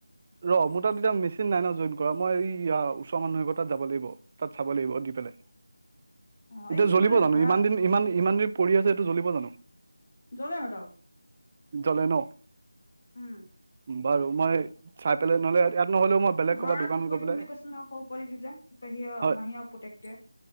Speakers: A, on the right (about 30°); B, on the left (about 50°).
A: ৰ মোৰ তাত এতিয়া মেচিন নাই ন' জইন কৰা, মই য়া ওচৰ মানুহ এঘৰ তাত যাব লাগিব। তাত চাব লাগিব দি পেলাই।
B: অ
A: এতিয়া
B: এই তোৰ
A: জ্বলিব
B: ত
A: জানো,
B: ভাড়া
A: ইমান দিন ইমান ইমান দিন পৰি আছে এইটো জ্বলিব জানো?
B: <unintelligible>
A: জ্বলে ন'?
B: উম।
A: বাৰু মই চাই পেলাই নহ'লে ইয়াত নহ'লেও মই বেলেগ
B: তোক
A: ক'ৰবাত
B: ভাড়া
A: দোকানত
B: লৈ ঠিক কৰি
A: গৈ পেলাই
B: দিম বুলি কৈছিল ন' সৰু পোৱালিটো যে, তোৰ পেহীয়ে,
A: হয়
B: মাহী আৰু পুতেকটোৱে?